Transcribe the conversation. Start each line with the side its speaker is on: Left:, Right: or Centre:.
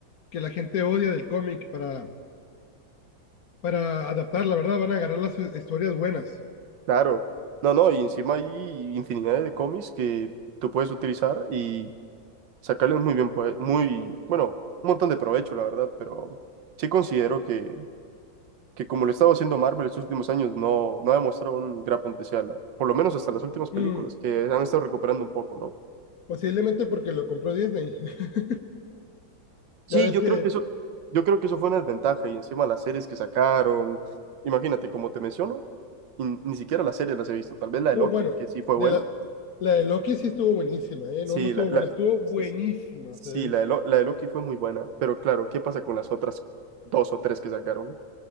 Left: que la gente odia del cómic para, para adaptarla, ¿verdad? Van a agarrar las eh, historias buenas.
Right: Claro, no, no, y encima hay infinidad de cómics que tú puedes utilizar y sacarles muy bien, pues, muy, bueno, un montón de provecho, la verdad, pero sí considero que, que como lo estaba haciendo Marvel estos últimos años, no, no ha demostrado un gran potencial, por lo menos hasta las últimas películas,
Left: Mm,
Right: que han estado recuperando un poco, ¿no?
Left: posiblemente porque lo compró Disney. <laughs>
Right: Sí,
Left: Ya ves
Right: yo
Left: que
Right: creo que eso, yo creo que eso fue una desventaja y encima las series que sacaron, imagínate, como te menciono, y ni siquiera las series las he visto, tal vez la de
Left: Uh,
Right: Loki,
Left: bueno,
Right: que sí fue
Left: de
Right: buena,
Left: la, la de Loki sí estuvo buenísima, ¿eh?
Right: sí,
Left: No, no estuvo
Right: la,
Left: buena,
Right: la-
Left: estuvo buenísima.
Right: sí, sí, Sí,
Left: O sea, es-
Right: la de, Lo- la de Loki fue muy buena, pero claro, ¿qué pasa con las otras dos o tres que sacaron?